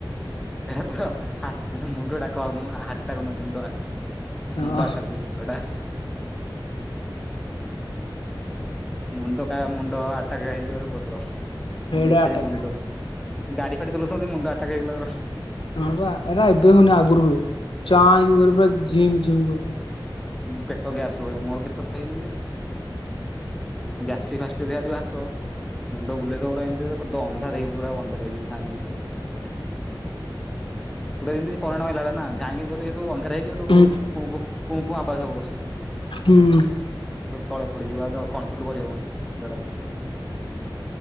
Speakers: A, in the centre; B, on the left.
A: ଏଟା ତ ହା ମୁଣ୍ଡ ଟା କହ ମୁଁ ମୁଣ୍ଡ ହାତଟା ନୁହ ମୁଣ୍ଡ ହାତଟା
B: ହଁ
A: ମୁଣ୍ଡ ଆଉ ତା ଗ୍ରୋପ ଫୋଟ ଟା ମୁଣ୍ଡ କା ମୁଣ୍ଡ ଆଟା କେଇ ବର ପତ୍ର
B: ହେଡ୍
A: ଦେଖି
B: ଆଟାକ୍
A: ଚାଇଁ ବୁଲୁଥିବୁ ଗାଡି ଫାଡି ଚଲଉଛନ୍ତି ମୁଣ୍ଡ ଆଟାକ ହେଇଗଲା ମୋର
B: ହଁ ବା ଏଟା ଏବେ ହଉନି ଆଗରୁ ହୁଏ ଚାଁଏ କରିକି ପୁରା ଝିମ୍ ଝିମ୍ କରିଦିଏ।
A: ପେଟ ଗ୍ୟାସ୍ ରୁହେ ମୋର କେତେଥର ତ ହେଇଛି ଏମିତି। ଗ୍ୟାଷ୍ଟିକ ଫାଷ୍ଟିକ ଯାହାର ବି ବାହାରୁଥିବ ମୁଣ୍ଡ ବୁଲେଇଦବ ପୁରା ଏମିତି ଅନ୍ଧାର ହେଇ ପୁରା ଅନ୍ଧାର ହେଇଯିବ ସାଇନେ ଗୋଟେ ଯେମିତି କରେଣ୍ଟ ମାଇଲାଭଳିଆ ନା ଯାଇଁକି କଦ ଏଇଠୁ ଅନ୍ଧାର ହେଇକି ଏଠୁ
B: ହୁଁ
A: କୁ କୁ ଆବାଜ ହବ ବସିକିରି।
B: ହୁଁ
A: ତଳେ ପଡିଯିବ ଆଉ କଣ୍ଟ୍ରୋଲ କରିହବନି ଝାଡାକୁ।